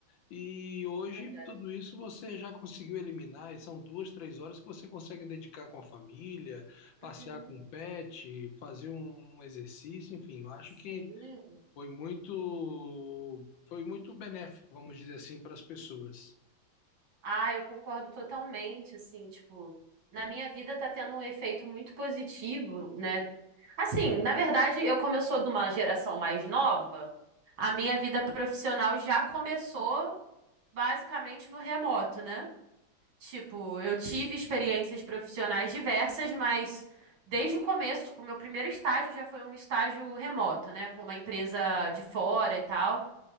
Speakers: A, on the left (about 75°); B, on the right (about 75°).
A: E hoje,
B: verdade.
A: tudo isso você já conseguiu eliminar, e são duas, três horas que você consegue dedicar com a família, passear
B: Uhum,
A: com o pet, fazer um um exercício, enfim, eu acho
B: sim.
A: que foi muito, foi muito benéfico, vamos dizer assim, para as pessoas.
B: Ah, eu concordo totalmente, assim, tipo, na minha vida tá tendo um efeito muito positivo, né? Assim, na verdade, eu como eu sou de uma geração mais nova, a minha vida profissional já começou basicamente no remoto, né? Tipo, eu tive experiências profissionais diversas, mas desde o começo, tipo, meu primeiro estágio já foi um estágio remoto, né, com uma empresa de fora e tal.